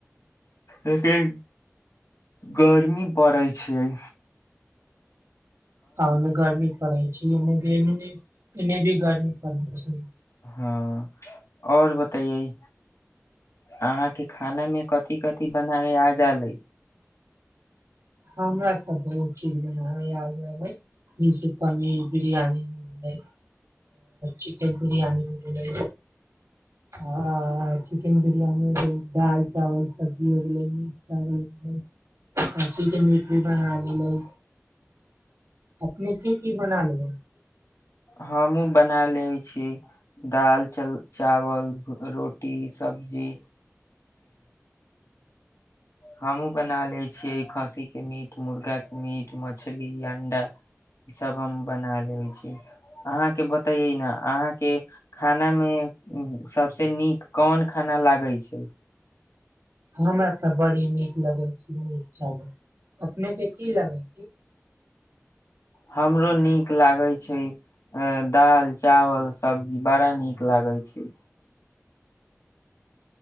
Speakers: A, on the left; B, on the right.
A: देखिन गर्मी पड़ै छै
B: ह ने घरमी पढ़इ छै ने भी ग पड़ छै
A: हँ आओर बतैै अहाँके खाना मे कथि कथि बनाबे आ जालै
B: हमरा बहुत चीज बनाब आबि जस पनीर बिरियानी मिलै चिकेन बिरियानी मिलै आ चिकेन बिरयानी हो गेल दाल चावल सब्जी हो गेलै मीट चावल हो गेलै खाँसी के मीट भी बना लेलै अपने की की बना ले
A: हमहुँ बना लेै छीिय दाल चावल रोटी सभ जी हमहु बना ले छियै खस्सी के मीट मुर्गा के मीट मछली मुर्गी के अण्डा ई सभ हम बना लेैत छी अहाँके बतैयै ने अहाँके खानामे सभसँ नीक कोन खाना लागै छै
B: हमरा तऽ बड़ी नीक लगल छै नीक चावल अपनेके की लगै छै
A: हमरो नीक लागैत छै दाल चावल सब्जी बड़ा नीक लागैत छै